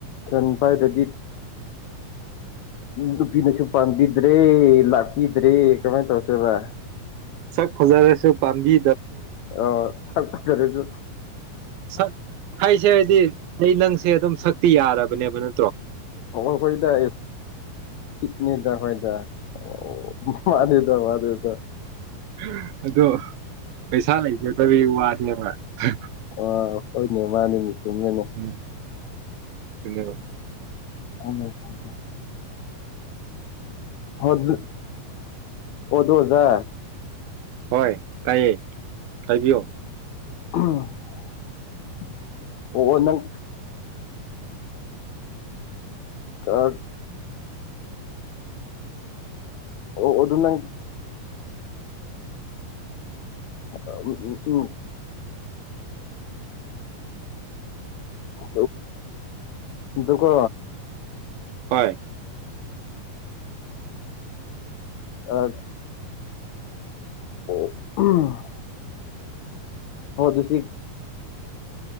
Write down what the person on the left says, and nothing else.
ꯁꯦꯟ ꯄꯥꯏꯗꯗꯤ ꯅꯨꯄꯤꯅꯁꯨ ꯄꯥꯝꯕꯤꯗ꯭ꯔꯦ ꯂꯥꯛ ꯄꯤꯗ꯭ꯔꯦ ꯀꯃꯥꯏ ꯇꯧꯁꯦꯕ
ꯑꯣ ꯁꯛ ꯐꯖꯔꯁꯨ
ꯑꯣꯈꯣꯏꯗ ꯀꯤꯠꯅꯤꯗ ꯍꯣꯏꯗ ꯑꯣ ꯃꯥꯅꯤꯗ ꯃꯥꯅꯤ ꯗ
ꯑ ꯍꯣꯏꯅꯦ ꯃꯥꯅꯤꯅꯦ ꯆꯨꯝꯃꯤꯅꯦ
ꯁꯪꯗ꯭ꯔꯦ ꯁꯪꯗ꯭ꯔꯦ ꯍꯣ ꯑꯗꯨ ꯑꯗꯣ ꯑꯣꯖꯥ
<unintelligible> ꯑꯣ ꯅꯪ <unintelligible> ꯑꯣ ꯑꯣ ꯑꯗꯨ ꯅꯪ ꯑ ꯎ ꯎ ꯎꯝ ꯎꯝ ꯑꯗꯨꯀꯣ
ꯑ ꯑꯣ <unintelligible> ꯍꯣ ꯑꯗꯨꯁꯤ